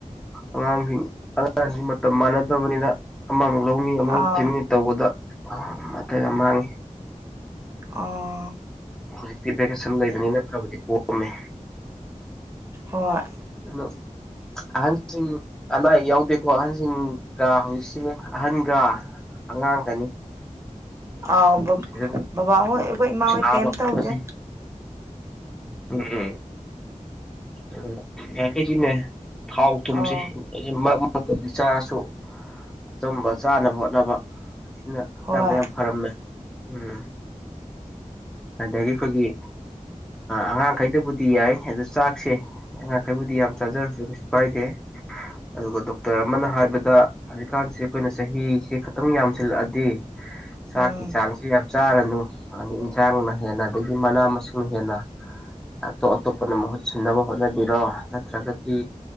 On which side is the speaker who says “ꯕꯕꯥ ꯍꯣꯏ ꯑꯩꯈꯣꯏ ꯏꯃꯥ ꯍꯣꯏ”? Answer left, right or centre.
Right